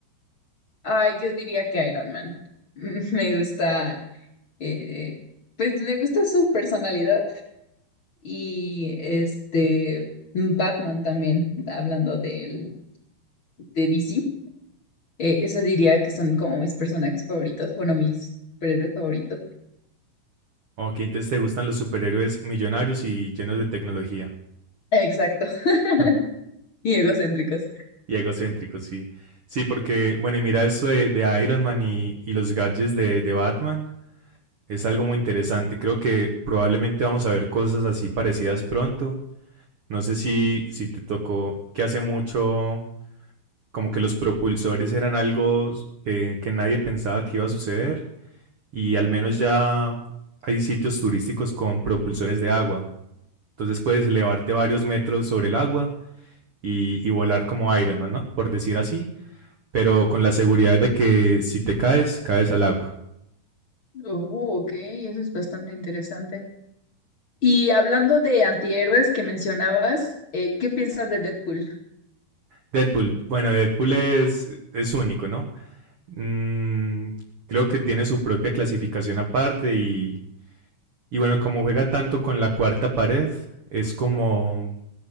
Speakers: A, on the left (about 40°); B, on the right (about 75°).
A: Ay, yo diría que Iron Man. <laughs> Mm, Me gusta, eh, pues me gusta su personalidad y este Batman también, hablando del, de DC. Eh, eso diría que son como mis personajes favoritos, bueno, mis superhéroes favoritos.
B: Ok, entonces te gustan los superhéroes millonarios y llenos de tecnología.
A: Exacto, <laughs>
B: <laughs>
A: y egocéntricos.
B: Y egocéntricos, sí. Sí, porque, bueno, y mira esto de, de Iron Man y, y los gadgets de, de Batman. Es algo muy interesante. Creo que probablemente vamos a ver cosas así parecidas pronto. No sé si, si te tocó que hace mucho como que los propulsores eran algo que, que nadie pensaba que iba a suceder y al menos ya hay sitios turísticos con propulsores de agua. Entonces puedes elevarte varios metros sobre el agua y, y volar como Iron Man, ¿no? Por decir así, pero con la seguridad de que si te caes, caes al agua.
A: Oh, ok, eso es bastante interesante. Y hablando de antihéroes que mencionabas, eh, ¿qué piensas de Deadpool?
B: Deadpool, bueno, Deadpool es, es único, ¿no? Mm, creo que tiene su propia clasificación aparte y, y bueno, como juega tanto con la cuarta pared, es como,